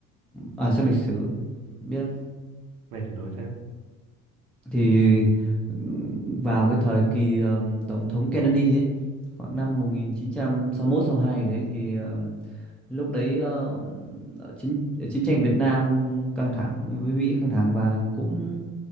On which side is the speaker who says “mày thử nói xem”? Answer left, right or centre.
Right